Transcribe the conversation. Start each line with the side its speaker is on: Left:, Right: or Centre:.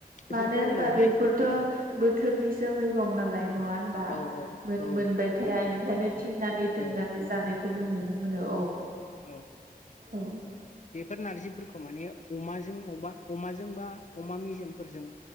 Left: बेफोरखौ
Right: मानो होनबा
Left: उनावहाय
Right: बेफोरथ' बोथ थोरनिसो मैगं नालाय नङा होनबा
Left: औ औ
Right: मोन
Left: औ
Right: मोनबाय
Left: नंगौ
Right: थाया बेनिखायनो थिननानै दोननानै
Left: ओ
Right: जानायखौ जों नुनो मोनो औ
Left: औ
Right: औ
Left: बेफोर नारजिफोरखौ माने अमाजों अबबा अमाजों बा अमा मेजेमफोरजों